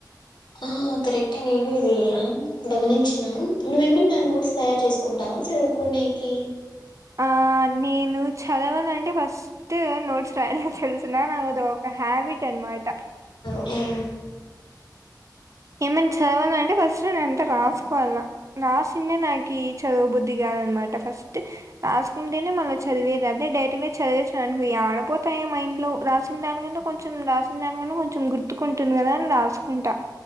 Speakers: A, on the left; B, on the right.
A: ఆ కరెక్టే నేను ఇది గమనించినా నువ్వేమన్నా నా నోట్స్
B: హ్మ్.
A: తయారు చేసుకుంటావా సరే చదువుకునికి
B: ఆ నేను చదవాలండి ఫస్ట్ ఫస్ట్ నోట్స్ రాయల తెలుసిన నాకు అద ఒక హ్యాబిట్ అన్న మాట
A: అ హా
B: ఏమనా చదవాల అంటే ఫస్ట్ నేన అంతా రాసుకోవాల రాసిందే నాకు చదువు బుద్ధి కాదనమట ఫస్ట్ రాసుకుంటేనే మళ్ళీ చదివేది అదే డైరెక్ట్ గా చదివేసిన అనుకో ఆడపోతాయో మైండ్ లో రాసిన దానికన్నా కొంచెం రాసిన దానికని కొంచెం గుర్తుకుంటుంది కదా అని రాసుకుంటా